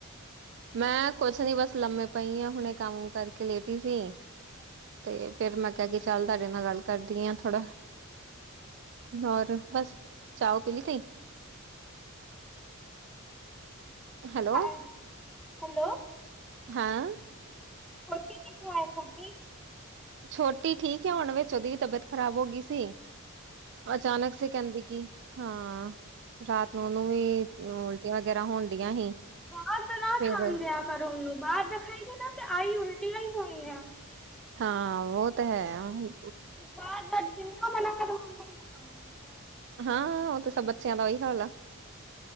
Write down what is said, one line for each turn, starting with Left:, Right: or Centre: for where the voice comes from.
Right: ਮੈਂ ਕੁਛ ਨੀ ਬਸ ਲੰਮੇ ਪਈ ਆਂ ਹੁਨੇ ਕੰਮ ਕਰਕੇ ਲੇਟੀ ਸੀ। ਤੇ ਫੇਰ ਮੈਂ ਕਿਹਾ ਕੇ ਚੱਲ ਤੁਹਾਡੇ ਨਾਲ ਗੱਲ ਕਰਦੀ ਆ ਥੋੜਾ- ਹੋਰ ਬਸ ਚਾਓ ਪੀਲੀ ਤੀ- ਹੈਲੋ-
Centre: ਹੈਲੋ
Right: ਹਾਂ।
Centre: ਹੋਤੀ ਕਿਥਇ ਸਾ-
Right: ਛੋਟੀ ਠੀਕ ਹੈ ਹੁਣ ਵਿੱਚ ਉਹਦੀ ਵੀ ਤਬੀਅਤ ਖਰਾਬ ਹੋ ਗਈ ਸੀ- ਅਚਾਨਕ ਸੇ ਕੈਂਦੀ ਕੀ ਹਾਂ ਰਾਤ ਨੂੰ ਓਨੂੰ ਵੀ ਉਲਟੀਆਂ ਵਗੈਰਾ ਹੋਨ ਡਿਆਂ ਸੀ।
Centre: ਬਾਹਰ ਤਾਂ ਨਾ
Right: ਫਿਰ
Centre: ਖਣ ਦ ਆ ਕਰੋ ਉਹਨੂੰ ਬਾਹਰ ਦਾਖਾਈਦੇ ਨਾ ਤੇ ਆਈ ਉਲਟੀ- ਹੀ ਹੋਣੀ ਆ।
Right: ਹਾਂ ਓ ਤਾਂ ਹੈ ਆਂਹੂੰ।
Centre: ਬਾਰ ਦਾ ਜਿੰਨਾ ਮਨਾ ਕਰੋ ਉਨਾ ਹੀਂ ਖਾ ਦਿੰਦਾ-
Right: ਹਾਂ ਓ ਤੇ ਸਬ ਬੱਚੇਆਂ ਦਾ ਓਈ ਹਾਲ ਐ।